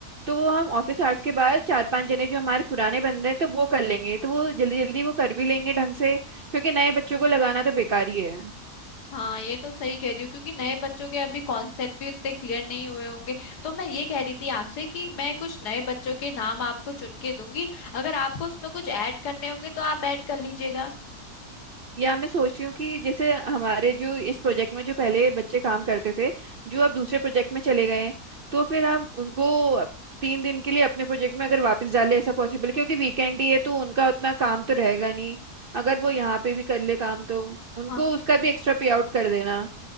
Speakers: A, on the right; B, on the left.
A: तो वो हम ऑफिस आवर्स के बाद चार पांच जने जो हमारे पुराने बंदे हैं तो वो कर लेंगे तो वो जल्दी जल्दी वो कर भी लेंगे ढंग से क्योंकि नए बच्चों को लगाना तो बेकार ही है
B: हाँ ये तो सही कह रही हो क्योंकि नए बच्चों के अभी कॉन्सेप्ट भी उतने क्लियर नहीं हुए होंगे तो मैं ये कह रही थी आपसे कि मैं कुछ नए बच्चों के नाम आपको चुन के दूंगी अगर आपको उसमें कुछ ऐड करने होंगे तो आप ऐड कर लीजिएगा
A: या मैं सोच रही हूँ कि जैसे हमारे जो इस प्रोजेक्ट में जो पहले बच्चे काम करते थे जो अब दूसरे प्रोजेक्ट में चले गए हैं, तो फिर हम उनको तीन दिन के लिए अपने प्रोजेक्ट में अगर वापस डाले ऐसा पॉसिबल है क्योंकि वीकेंड ही है तो उनका उतना काम तो रहेगा नहीं अगर वो यहाँ पे भी कर ले काम तो उनको
B: हाँ
A: उसका भी एक्स्ट्रा पे आउट कर देना